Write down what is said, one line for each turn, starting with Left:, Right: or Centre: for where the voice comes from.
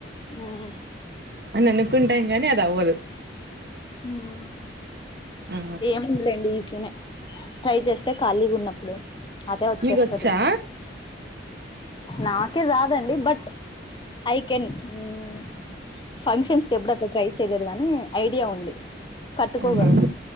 Left: మ్మ్
Right: అని అనుకుంటాం కానీ అ ద అవ్వదు
Left: మ్మ్
Right: ఆ
Left: ఏముందిలేండి ఇట్లనే ట్రై చేస్తే ఖాళీగా ఉన్నప్పుడు అదే వచ్చేస్తది
Right: మీకొచ్చా
Left: నాకే రాదండి but I can hmm functions ఎప్పుడైనా ట్రై చేలెదు గాని ఐడియా ఉంది కట్టుకోగలను
Right: ఆహా